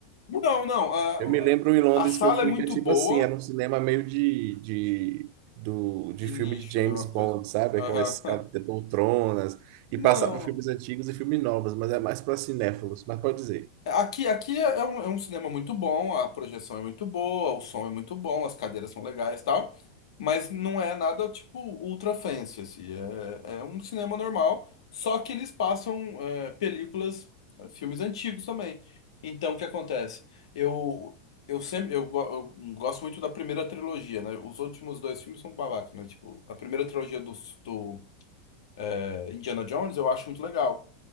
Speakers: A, on the left (about 75°); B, on the right (about 55°).
A: Não, não, a,
B: Eu me lembro em Londres
A: a, a sala
B: que eu fui
A: é muito
B: que é tipo
A: boa
B: assim, era um cinema meio de, de, do,
A: de
B: de filme
A: nicho,
B: de James
A: né? Uma coisa.
B: Bond, sabe?
A: Aham.
B: Aquelas escadas
A: <laughs>
B: de poltronas, e
A: Não.
B: passava filmes antigos e filmes novos, mas é mais para cinéfilos, mas pode dizer.
A: Aqui, aqui é é um, é um cinema muito bom, a projeção é muito boa, o som é muito bom, as cadeiras são legais e tal, mas não é nada tipo ultra fancy, assim, é, é um cinema normal, só que eles passam é, películas, é, filmes antigos também. Então, o que acontece? Eu, eu sempre eu, go- eu gosto muito da primeira trilogia, né? Os últimos dois filmes são babacas, né? Tipo, a primeira trilogia do, do é, Indiana Jones eu acho muito legal.